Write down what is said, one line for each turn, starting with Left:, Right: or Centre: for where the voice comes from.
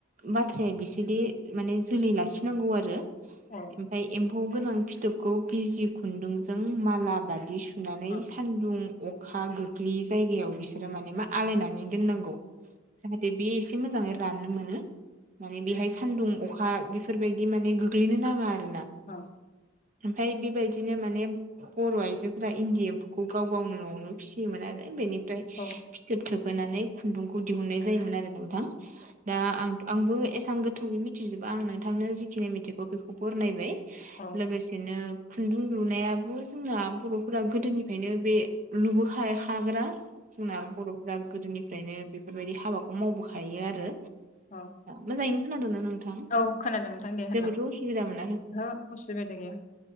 Right: बाथ्राया बिसोरदि माने जोलै लाखिनांगौ आरो
Left: औ
Right: ओमफाय एम्फौ गोनां फिथोबखौ बिजि खुन्दुंजों माला बादि सु होननानै
Left: औ
Right: सान्दुं अखा गोग्लै जायगायाव बिसोरो माने मा आलायनानै दोननांगौ। जाहाथे बे एसे मोजाङै राननो मोनो माने बेहाय सानदुं अखा बेफोरबायदि माने गोग्लैनो नाङा आरो
Left: औ
Right: ओमफाय बेबायदिनो माने बर' आइजो फ्रा इन्दि एम्फौखौ गाव गावनो न'आवनो फिसियोमोन आरो बेनिफ्राय
Left: औ
Right: फिथोब थोब होनानै खुन्दुंखौ दिहुननाय जायोमोन आरो नाथां दा आं आंबो एसां गोथौयै मिथिजोबा आं नोंथांनो जिखिनि मिथिगौ बेखौ बरनायबाय
Left: औ
Right: लोगोसेनो खुन्दुं लुनायाबो जोंना बर'फोरा गोदोनिफ्रायनो बे लुबो खा हाग्रा जोंना बर'फोरा गोदोनिफ्रायनो बेफोरबायदि हाबाखौ मावबोखायो आरो
Left: औ
Right: मोजाङैनो खोनादोंना नोंथां
Left: औ खोनादों नोंथां दे होनलां
Right: जेबोथ' असुबिदा मोन
Left: ओहो असुबिदा गैया